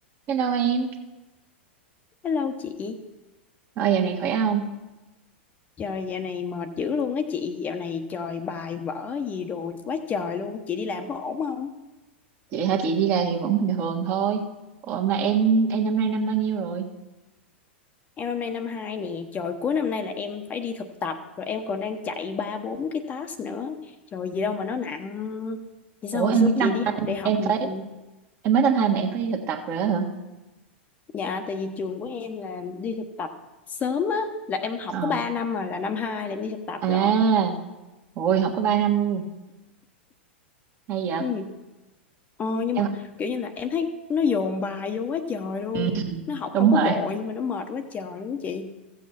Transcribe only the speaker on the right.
Hello em,
rồi giờ này khỏe không?
Chị hả chị đi làm thì vẫn bình thường thôi. Ủa mà em em năm nay năm bao nhiêu rồi?
Ủa
em
mới năm
em
phải
em mới năm hai mà em phải đi thực tập rồi đó hả?
Ờ
à,
ôi học có ba năm luôn. Hay vậy?
Em
học-
ừ,
đúng
rồi.